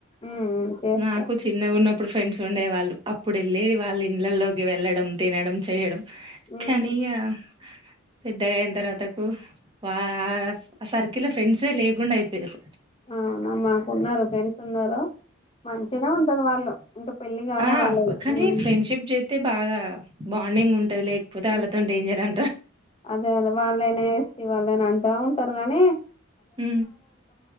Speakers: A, on the left (about 25°); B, on the right (about 25°).
A: ఉమ్ ఉమ్, చేస్తారు
B: నాకు చిన్న ఉన్న అప్పుడు ఫ్రెండ్స్ ఉండేవాళ్ళు అప్పుడు వెళ్ళేది వాళ్ళ ఇండ్లలోకి. వెళ్లడం, తినడం, చేయడం
A: ఉహు
B: కానీ ఆ పెద్దగా అయిన తర్వాతకు వా ఆ ఆ సర్కిల్ ఫ్రెండ్సే లేకుండ అయిపోయారు.
A: అవునా మాకున్నారు ఫ్రెండ్స్ ఉన్నారా. మంచినే ఉంటరు వాళ్ళు ఇంకా పెళ్లి కాలే
B: ఆ
A: వాళ్ళది
B: కానీ
A: ఉమ్
B: ఫ్రెండ్షిప్ చెత్తే బాగా బాండింగ్ ఉంటది. లేకపోతే వాళ్ళతోన్
A: ఉంటది
B: డేంజర్ అంటా.
A: అదే అదే వాళ్ళైనా, ఎస్టి వాళ్ళైనా అంటా ఉంటరు గానీ,
B: ఉ